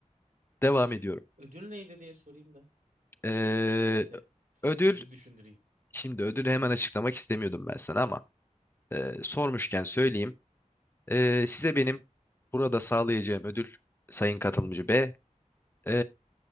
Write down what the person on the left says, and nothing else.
<laughs> Devam ediyorum.
Ee,
Ödül
Şimdi ödülü hemen açıklamak istemiyordum ben sana ama e, sormuşken söyleyeyim. E, size benim burada sağlayacağım ödül sayın katılımcı B. E,